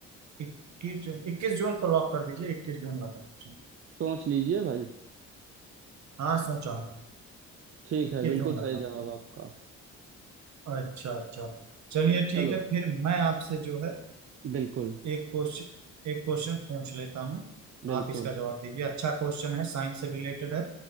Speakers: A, on the right (about 65°); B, on the right (about 45°).
A: इक्कीस जून इक्कीस जून को लॉक कर दीजिए इक्कीस जून लगा मुझे
B: सोच लीजिए भाई
A: हाँ सोचा हूँ
B: ठीक
A: इक्कीस
B: है बिल्कुल
A: जून लगा
B: सही जवाब
A: मुझे
B: आपका
A: अच्छा अच्छा चलिए
B: चलो
A: ठीक है फिर मैं आपसे जो है
B: बिल्कुल
A: एक क्वेश्चन एक क्वेश्चन पूछ लेता हूँ
B: बिल्कुल
A: आप इसका जवाब दीजिए अच्छा क्वेश्चन है साइंस से रिलेटेड है